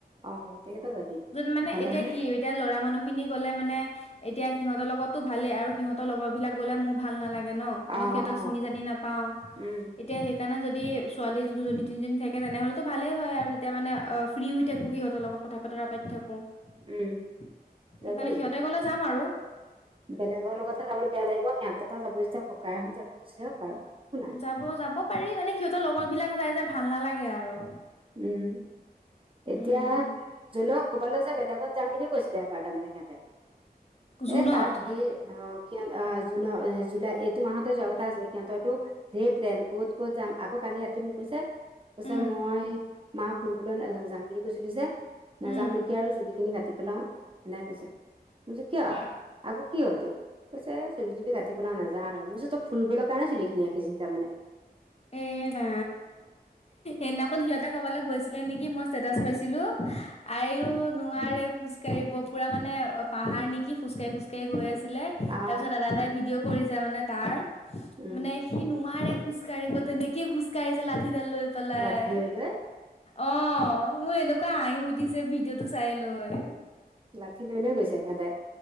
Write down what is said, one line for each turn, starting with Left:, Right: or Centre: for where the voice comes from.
Right: অ গোটেই কেইটা যাবি
Left: যদি মানে
Right: ভালেহে
Left: এতিয়া কি এতিয়া ল'ৰা মানুহ খিনি গ'লে মানে এতিয়া সিহঁতৰ লগতো ভালেই আৰু সিহঁতৰ লগৰ বিলাক গলে মোৰ ভাল নালাগে ন
Right: অ
Left: মই সিহঁতক
Right: অ
Left: চিনি জানি নাপাও
Right: উম
Left: তেতিয়া সেইকাৰণে যদি ছোৱালী দুজনী তিনিজনী থাকে তেনেহ'লেতো ভালেই হয় আৰু তেতিয়া মানে ফ্ৰী হৈ থাকো সহঁতৰ লগতথা বতৰা পাতি থাকো সেইটো
Right: উম যাবি
Left: কাৰণে সিহঁতে গলে যাম আৰু
Right: বেলেগৰ লগতে যাবলৈ বেয়া লাগ সিহঁকেইটা যাবুিাওঁকহঁত যাবুিাওক আৰু
Left: যাব যাব পাৰি মানে সিহঁতৰ লগৰ বিলাক যাই যে ভাল নালাগে আৰু
Right: উম এতিয়া
Left: উম
Right: জোনও ক'বালৈ যে বেলেগত যাম বুলিও কৈছিলে এবাৰ তাৰমানান সিহঁতে
Left: জুনত
Right: এ তাৰ ধেৰ আহ সিহঁত আহ জুনৰ জুলাই এইটো মাহতে যোৱা কথা আছিলে সিহঁতৰো থেই প্লেন ক'ত ক'ত যাম আকৌ কালি ৰাতি কৈছে কৈছে
Left: উম
Right: মই মা ফুৰিবলৈ যাম বুলি কৈছোো যে নাযাও
Left: উম
Right: নেকি আৰু চুলি খিনি কাটি পেলাও এনোই কৈছে যে কিয় আকৌ কি হ'ল তো কৈছে চুলি তুলি কাটি পেলা নাযা আৰু মোৰ চত ফুৰিবলৈ কাৰণে চুলিিনি আি চিন্ত মানে
Left: এৰা এ সিহঁতে ক'বালৈ গৈছিলে নেকি মই ষ্টেটাচ পাইছিলো আইও নোৱাৰে খো খোজকাঢ়িিব পুৰা মানে অ পাহাৰ নেকি খোজকাঢ়ি খোজকাঢ় গৈ আছিলে
Right: আহ
Left: তাৰ পিছত দাদা তাই ভিডিঅ' কৰিছে মানে তাৰ
Right: উম
Left: মানে সি নোৱাৰে খু খোজ কাঢ়িব তেনেকেই খোজ কাঢ়িছে লাঠিডাল লৈ পেলাই
Right: লাঠি লৈ লৈ
Left: অ মোৰ এনেকুৱা হাঁহি উঠিছে ভিডিঅ'টো চাই লৈ
Right: লাঠি লৈ লৈ গৈছে সিহঁতে